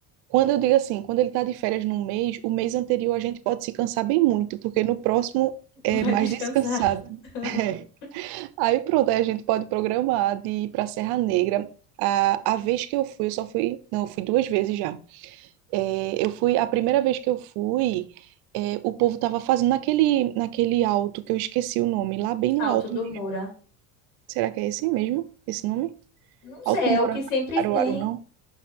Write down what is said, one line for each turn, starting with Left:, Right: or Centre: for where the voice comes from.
Right: quando eu digo assim, quando ele está de férias num mês, o mês anterior a gente pode se cansar bem muito, porque no próximo é
Left: vai
Right: mais
Left: descansar.
Right: descansado.
Left: <laughs>
Right: <laughs> É. Aí pronto, aí a gente pode programar de ir pra Serra Negra. A, a vez que eu fui, eu só fui, não, eu fui duas vezes já. É, eu fui, a primeira vez que eu fui, é, o povo tava fazendo naquele, naquele alto que eu esqueci o nome, lá bem no
Left: Alto
Right: alto
Left: do
Right: mesmo.
Left: Moura.
Right: Será que é esse mesmo? Esse nome?
Left: Não sei,
Right: Alto do Mourão,
Left: é o que sempre
Right: Caruaru,
Left: tem.
Right: não?